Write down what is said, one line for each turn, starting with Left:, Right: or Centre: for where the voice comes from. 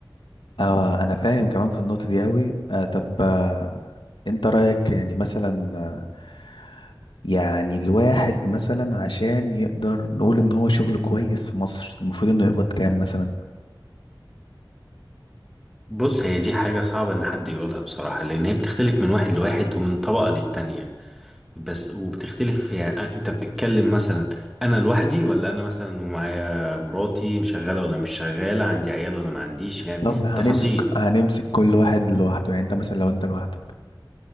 Left: اه انا فاهم كمان في النقطة دي قوي آه طب آه انت رأيك يعني مثلا آه، يعني الواحد مثلا عشان يقدر نقول ان هو شغل كويس في مصر المفروض انه يقبض كام مثلا
Centre: بص هي دي حاجة صعبة ان حد يقولها بصراحة لان هي بتختلف من واحد لواحد ومن طبقة للتانية بس وبتختلف يعني أ- انت بتتكلم مثلا انا لوحدي ولا انا مثلا ومعايا مراتي مشغله ولا مش شغاله عندي عيال ولا ما عنديش يعني
Left: طب هنمسك
Centre: تفاصيل
Left: هنمسك كل واحد لوحده يعني انت مثلا لو انت لوحدك